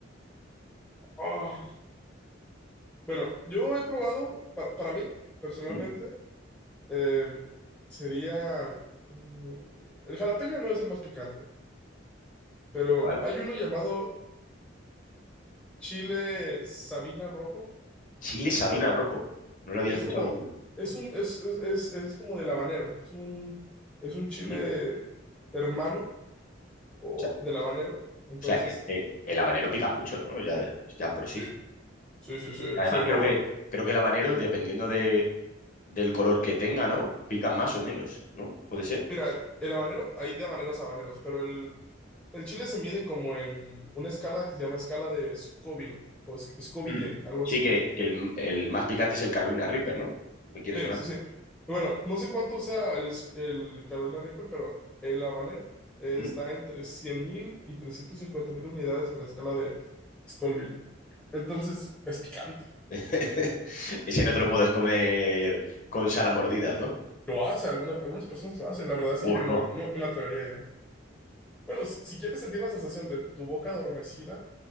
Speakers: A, in the centre; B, on the left.
A: ¡Ah! Bueno, yo he probado, para, para mí, personalmente,
B: ¿Mm?
A: eh, sería, mm, el jalapeño no es el más picante, pero
B: Vale.
A: hay uno llamado chile Sabina rojo.
B: Chile Sabina
A: Bueno,
B: Rojo. No lo había
A: Y
B: escuchado
A: es como,
B: nunca.
A: es un, es, es, es, es como del habanero, es un, es un chile
B: ¿Mm? O
A: hermano o
B: sea,
A: del habanero.
B: o
A: Entonces,
B: sea, eh, eh, el habanero pica mucho, ¿no? Ya, de- ya por sí.
A: eh, sí, sí, sí,
B: Además,
A: sí,
B: creo
A: no.
B: que, creo que el habanero, dependiendo de, del color que tenga, ¿no? Pica más o menos, ¿no? ¿Puede ser?
A: Mira, el habanero, hay de habaneros a habaneros, pero el, el chile se mide como en una escala que se llama escala de Scoville o Sc- Scoville,
B: Mm.
A: algo
B: Sí,
A: así.
B: que, que el, el más picante es el Carolina Reaper, ¿no? Me quiere
A: Sí,
B: sonar.
A: sí, sí. Bueno, no sé cuánto sea el, es- el Carolina Reaper, pero el habanero eh,
B: ¿Mm?
A: está entre 100.000 y 350.000 unidades en la escala de Scoville. Entonces, es picante.
B: <laughs> Ese no te lo puedes comer con sal a mordidas, ¿no?
A: Lo hace, alguna- algunas personas lo hacen. La verdad
B: Bolo.
A: es que yo no, no, no me atrevería yo. Bueno, si, si quieres sentir la sensación de tu boca adormecida